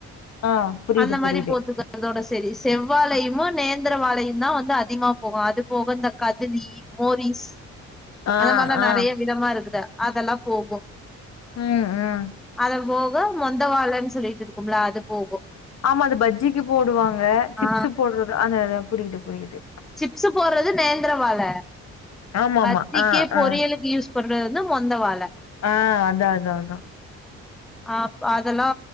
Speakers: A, on the left (about 60°); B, in the centre.
A: ஆ புரியுது
B: அந்த மாரி
A: புரியுது
B: போட்ருக்கறதோட செரி செவ்வாழைமோ நேந்தரவாழையு தா வந்து அதிமா போகு அது போகு இந்த கதுலி மோரிஸ்
A: ஆ
B: அந்த மார்லா
A: ஆ
B: நறைய விதமா இருக்குது அதெல்லா போகு
A: ம் ம்
B: அத போ வ மொந்த வாழன் சொல்லிட்டு இருக்கும்ல அது போகு
A: ஆமா அது பஜ்ஜிக்கு போடுவாங்க சிப்ஸ்ஸு
B: ஆ
A: போட்றது அதா அதா புரிது புரிது
B: சிப்ஸ்ஸு போட்றது நேந்தரவாழ
A: ஆமா
B: பஜ்ஜிக்கு
A: ஆமா ஆ
B: பொரியலுக்கு
A: ஆ
B: யூஸ் பண்றது வந்து மொந்த வாழ
A: ஆ அதா அதா அதா
B: ஆ ப் அதெல்லா